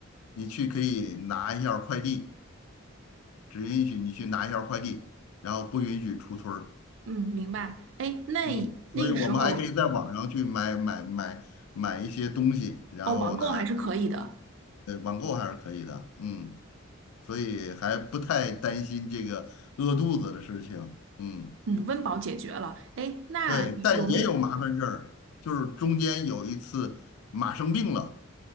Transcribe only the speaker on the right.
嗯，明白。哎，那那个时候，
哦，网购还是可以的。
嗯，温饱解决了。哎，那有没